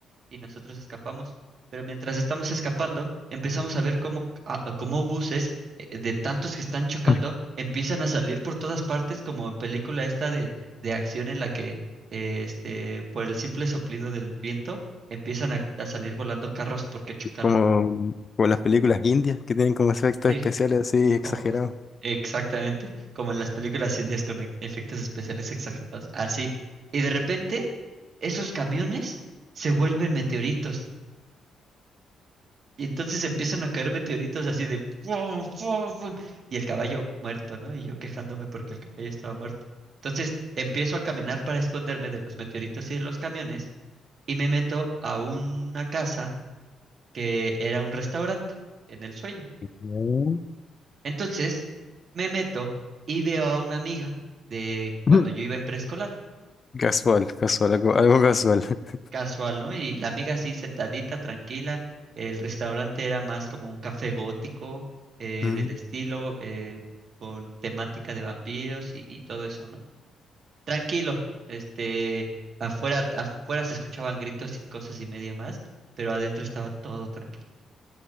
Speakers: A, on the right (about 55°); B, on the left (about 40°).
A: y nosotros escapamos. Pero mientras estamos escapando, empezamos a ver cómo, a- a cómo buses eh, de tantos que están chocando
B: <laughs>
A: empiezan a salir por todas partes, como en película esta de, de acción en la que eh, este, por el simple soplido del viento empiezan a, a salir volando carros porque chocaron,
B: Como,
A: ¿no?
B: como las películas indias que tienen como efectos
A: Sí,
B: especiales así exagerados.
A: como, <laughs> exactamente, como en las películas indias con e- efectos especiales exagerados. Así. Y de repente, esos camiones se vuelven meteoritos. Y entonces empiezan a caer meteoritos así de ¡fum, fum, fum! y el caballo muerto, ¿no? Y yo quejándome porque el caballo estaba muerto. Entonces empiezo a caminar para esconderme de los meteoritos y de los camiones y me meto a una casa que era un restaurante en el sueño.
B: Mm.
A: Entonces me meto y veo a una amiga de cuando
B: <laughs>
A: yo iba en preescolar.
B: Casual, casual, algo, algo casual. <laughs>
A: casual, ¿no? Y la amiga así sentadita, tranquila. El restaurante era más como un café gótico eh,
B: Mm.
A: del estilo, eh, con temática de vampiros y, y todo eso, ¿no? Tranquilo, este, afuera, afuera se escuchaban gritos y cosas y media más, pero adentro estaba todo tranquilo,